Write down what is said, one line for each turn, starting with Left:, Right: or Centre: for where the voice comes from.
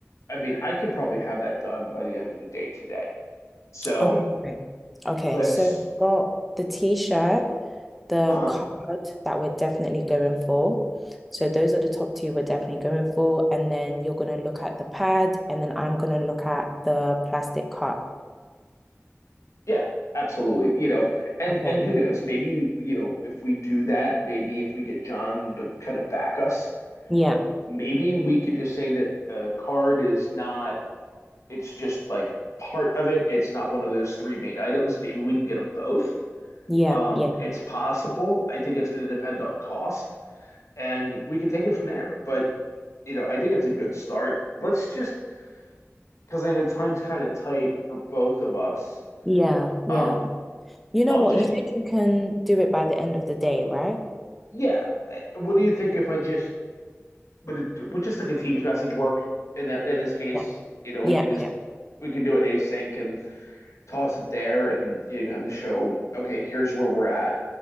Left: I mean, I could probably have that done by the end of the day today. So
Centre: Okay. Great. Okay.
Left: let's
Centre: So got the t-shirt. the
Left: Um,
Centre: card that we're definitely going for. So those are the top two we're definitely going for. And then you're going to look at the pad, and then I'm going to look at the plastic cup.
Left: Yeah, absolutely. You know, and
Centre: Okay.
Left: and who knows? Maybe, you know, if we do that, maybe if we get John to kind of back us,
Centre: Yeah.
Left: maybe we can just say that the card is not, it's just like part of it. It's not one of those three main items. Maybe we can get them both.
Centre: Yeah.
Left: Um,
Centre: Yeah.
Left: it's possible. I think it's going to depend on cost, and we can take it from there. But, you know, I think it's a good start. Let's just, because I know time's kind of tight for both of us.
Centre: Yeah. Yeah.
Left: Um,
Centre: You know
Left: I'll
Centre: what?
Left: just
Centre: You said you can do it by the end of the day, right?
Left: yeah. eh, What do you think if I just would it would just like a Teams message work in that in this case?
Centre: Yeah.
Left: You know,
Centre: Yeah.
Left: we can just
Centre: Yeah.
Left: we can do it async and toss it there, and you kind of show okay, here's where we're at.